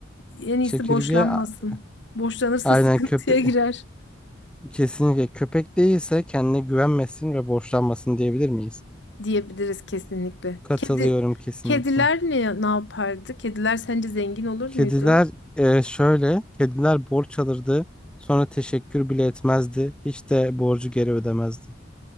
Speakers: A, on the left; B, in the centre.
A: En iyisi
B: Çekirge
A: borçlanmasın.
B: a-
A: Borçlanırsa
B: aynen
A: sıkıntıya
B: köpe
A: girer
B: kesinlikle köpek değilse kendine güvenmesin ve borçlanmasın diyebilir miyiz?
A: diyebiliriz kesinlikle.
B: Katılıyorum
A: Kedi,
B: kesinlikle.
A: kediler ne, ne yapardı? Kediler sence zengin olur
B: Kediler
A: muydu?
B: e, şöyle kediler borç alırdı sonra teşekkür bile etmezdi hiç de borcu geri ödemezdi.